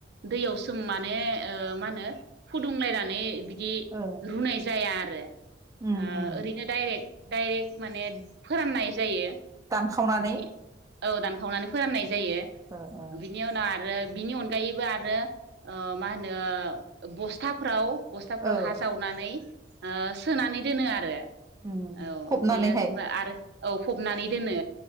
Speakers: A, on the right; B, on the right.
A: दैयाव सोम माने ओ माहोनो फुदुंलायनानै बि दि
B: ओ
A: रुनाय जाया रो
B: उम
A: ओ
B: उम
A: ओरैनो डाइरेक्ट डाइरेक्ट माने फोराननाय जायो
B: खावनानै
A: बिनि औ दानखावनानै फोराननाय जा जायो
B: ओ
A: बिनि उनाव आरो बिनि अनगायैबो आरो ओ माहोनो बस्थाफोराव बस्थाफ्राव
B: औ
A: हा जावनानै ओ सोनानै दोनो आरो
B: उम
A: औ
B: फबनानैहाय
A: बेयो <unintelligible> आरो औ फ'बनानै दोनो।